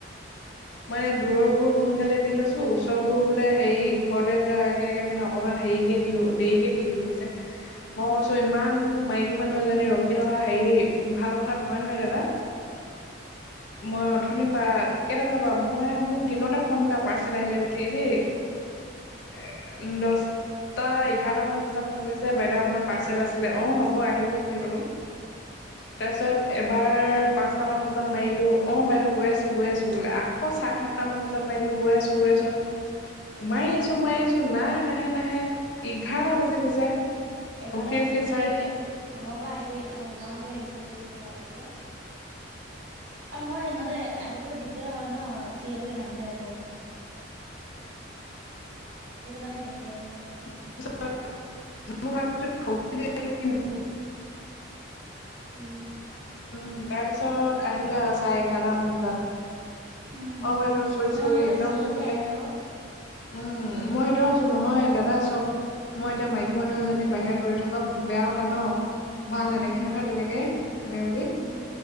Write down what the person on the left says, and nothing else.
মই দূৰবোৰৰ সোনকালে দি লৈছোঁ ওচৰবোৰ বোলে হেৰি ঘৰলৈ যোৱা এই মানে অকমান হেৰিকে দিও দেৰিকে দি দিও, গৈছে মই
কৈছো ইমান মাইকী মানুহ জান ৰখি থকা হেৰি ভাল ক ন নহয় দাদা। মই অথনিৰ পৰা কেইটা বজাবৰ মই মোক দিনতে ফোন কৰা পাৰ্চেল আহিলে বুলি দেই। এ উ দহটা এঘাৰটামান বজাত ফোন কৰিছে বাইদেউ আপোনাৰ পাৰ্চেল আছিলে অ' হ'ব আহিব বুলি কলোঁ। তাৰপাছত এবাৰ পাঁচটামান বজাত মাৰিলোঁ অ' বাইদেউ গৈ আছো, গৈ আছোঁ বোলে আ আকৌ চাৰে সাতটামান বজাত মাৰিলো গৈ আছো গৈ আছো। মাৰি আছো মাৰি আছো নাই নাহে নাহে এঘাৰটা বাজি গৈছে।
ৰখি
ৰখি
চাই
<unintelligible>
উম, তাৰ পিছত আহিলে আৰু চাৰে এঘাৰটাম বজাত।
অ' বাইদেউ চৰি
চৰি
একদম
বোলে।
উম, মই সেইটয়ে কৈছোঁ নহয় দাদা চক মই এতিয়া মাইকী মানুহ এজনী বাহিৰত ৰৈ থকা বেয়া কথা ন'। ভাল নেদেখে
নহয় তেনেকে এনে বুলি।